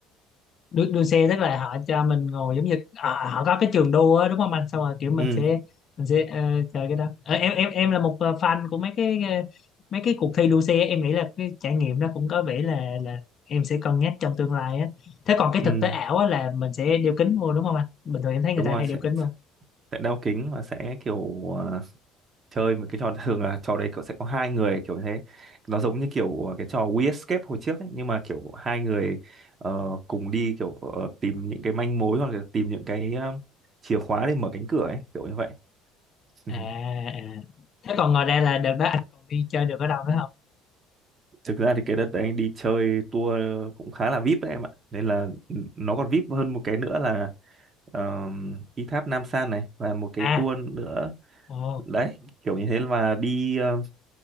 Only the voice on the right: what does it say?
Ừ,
ừ,
đúng
rồi
sẽ
sẽ đeo kính và sẽ kiểu à, chơi một cái trò <laughs> thường là trò đấy cậu sẽ có hai người kiểu thế nó giống như kiểu ờ, cái trò We Escape hồi trước ấy, nhưng mà kiểu hai người ờ, cùng đi kiểu ờ, tìm những cái manh mối hoặc là tìm những cái ờ, chìa khóa để mở cánh cửa ấy kiểu như vậy <laughs>
thực ra thì cái đợt đấy anh đi chơi tour cũng khá là VIP đấy em ạ nên là ừ, nó còn VIP hơn một cái nữa là uh, đi tháp Nam San này và một cái
tour nữa
đấy kiểu như thế mà đi ờ,